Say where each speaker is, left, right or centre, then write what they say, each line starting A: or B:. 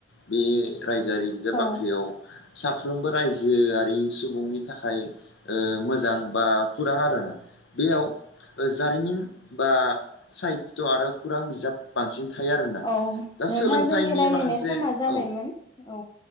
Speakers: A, on the left; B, on the left.
A: बे रायजोआरि बिजाब बाख्रियाव
B: औ
A: साफ्रोमबो रायजो जोआरि सुबुंनि थाखाय ओ मोजां बा खुरां आरोना बेयाव जारिमिन बा साहित्य आरो खुरां बिजाब बांसिन थायो आरोना
B: औ
A: दा
B: नोंथाङा
A: सोलोंथाइनि
B: जोंनि रायलायनाय
A: माखासे
B: समा जाबायमोन
A: औ
B: औ